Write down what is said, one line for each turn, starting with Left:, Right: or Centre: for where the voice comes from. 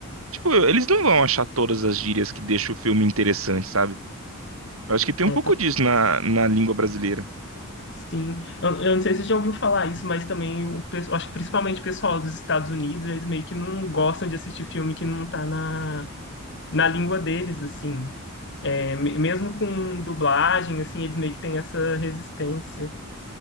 Right: Tipo, eles não vão achar todas as gírias que deixam o filme interessante, sabe? Eu acho que tem
Left: né?
Right: um pouco
Left: Então,
Right: disso na, na língua brasileira.
Left: Sim, eu, eu não sei se você já ouviu falar isso, mas também o pessoal, acho que principalmente o pessoal dos Estados Unidos, eles meio que não gostam de assistir filme que não tá na, na língua deles, assim. É, me- mesmo com dublagem, assim, eles meio que têm essa resistência.